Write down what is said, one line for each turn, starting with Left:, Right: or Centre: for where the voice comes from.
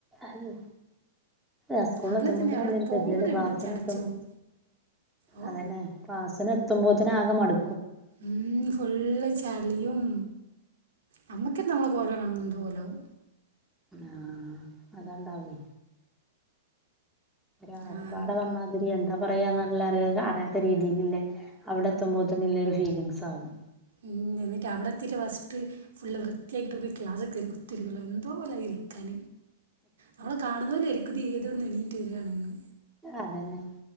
Centre: ഉം അ സ്കൂളിൽ
Right: രാവിലെ
Centre: എന്തുപോലത്ത
Right: തന്നെ അവിടെ
Centre: ഗതിക്കോട്
Right: പോകുമ്പോ
Centre: ക്ലാസ്സിന്
Right: പിന്നെ ചടച്ചു
Centre: എത്തുമ്പോ
Right: പോവും ഓ
Centre: അതന്നെ ക്ലാ അതിനെത്തുമ്പോതിന് ആകെ മടു
Right: ഉം ഫുൾ ചാ യും നമ്മക്ക നമ്മള് കോല കാണുമ്പോൾ എന്തൊപോലെവും
Centre: ആ അതായിണ്ടവ ഒരു അകപ്പാട്
Right: ആ
Centre: പറഞ്ഞാതിരി എന്താ പറയാന്നല്ലറിയ അറിയാത്ത രീതിൽല്ലേ അവിടെ എത്തുമ്പോത്തന്നെല്ലരു ഫീലിംഗസ് ആകും
Right: ഉം എന്നിട്ട് അവിടെ എത്തിയിട്ടേ ഫസ്റ്റ് ഫുൾ വൃത്തിയാക്കിട്ട ക്ലാസ്സ്‌ലീകേറി കുത്തിരിക്കല്ലോ എ <unintelligible> ല ഇരിക്കാന നമ്മളെ കാണുന്ന <unintelligible> എവിടെന്നെ എണീറ്റ വരാണെന്ന്
Centre: അതന്നെ